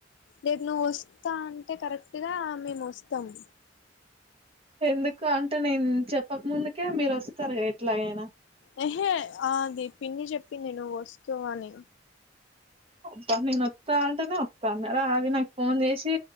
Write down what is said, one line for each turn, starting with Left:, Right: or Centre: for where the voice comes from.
Left: రేపు నువ్వు వస్తా అంటే కరెక్ట్గా మేము వస్తాము
Right: ఎందుకు అంటే నేను చెప్పక ముందుకే మీరు వస్తారు ఎట్లాగైనా
Left: యెహే ఆది పిన్ని చెప్పింది నువ్వు వస్తు అని
Right: అబా నేను అత్త అంటేనే వత్తా అన్నది నాకు ఫోన్ చేసి